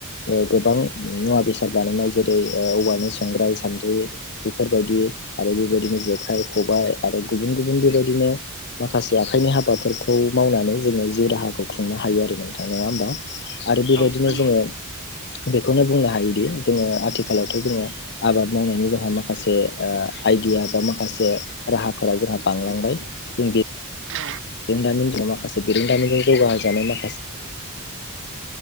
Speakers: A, on the left; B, on the right.
A: ओ गोबां मुवा बेसाद बानायनाय जेरै-औवानि संग्राइ, सान्द्रि, बेफोरबायदि आरो बेबायदिनो जेखाइ, खबाइ, आरो गुबुन-गुबुन बेबायदिनो माखासे आखाइनि हाबाफोरखौ मावनानै जोङो जिउ राहाखौ खुंनो हायो आरो ना नोंथां नङा होमबा? आरो बेबायदिनो
B: औ नंगौ
A: जोङो
B: नंगौ
A: बेखौनो बुंनो हायोदि जोङो आथिखालावथ' जोङो आबाद मावनायनि जोंहा माखासे ओ आइडिया बा माखासे राहाफोरा जोंहा बांलांबाय‌ जों बे
B: औ
A: बिरोंदामिनजों माखासे बिरोंदामिनजों जौगाहोजानाय माखासे